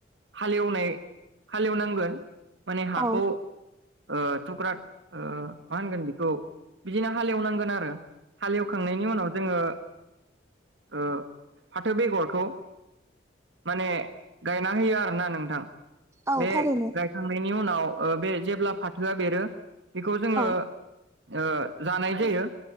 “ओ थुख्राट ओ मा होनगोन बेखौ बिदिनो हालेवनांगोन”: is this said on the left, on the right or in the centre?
Right